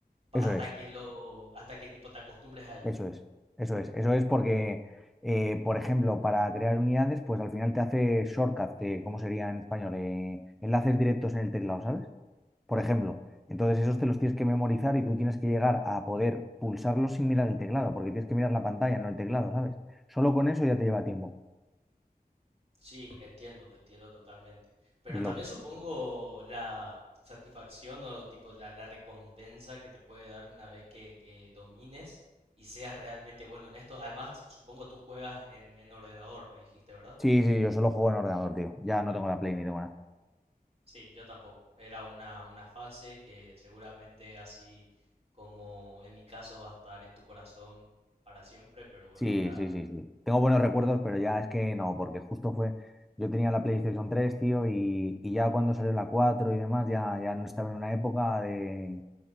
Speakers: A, on the right (about 40°); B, in the centre.
A: pa-
B: Eso
A: hasta
B: es.
A: que lo, hasta que tipo te acostumbres a ello.
B: Eso es, eso es, eso es porque, eh, por ejemplo, para crear unidades, pues al final te hace shortcut, te- ¿cómo sería en español? Eh, enlaces directos en el teclado, ¿sabes? Por ejemplo, entonces esos te los tienes que memorizar y tú tienes que llegar a poder pulsarlos sin mirar el teclado, porque tienes que mirar la pantalla, no el teclado, ¿sabes? Solo con eso ya te lleva tiempo.
A: Sí, entiendo, entiendo totalmente. Pero
B: Y lo...
A: también supongo la satisfacción o tipo la, la recompensa que te puede dar una vez que, que domines y seas realmente bueno en esto. Además, supongo tú juegas en, en ordenador, me dijiste, ¿verdad?
B: Sí, sí, yo solo juego en ordenador, tío. Ya no tengo la Play ni tengo nada.
A: Sí, yo tampoco. Era una, una fase que seguramente así como en mi caso va a estar en tu corazón para siempre, pero bueno,
B: Sí,
A: ahora
B: sí, sí, sí. Tengo buenos recuerdos, pero ya es que no, porque justo fue, yo tenía la PlayStation 3, tío, y, y ya cuando salió la 4 y demás, ya, ya no estaba en una época de,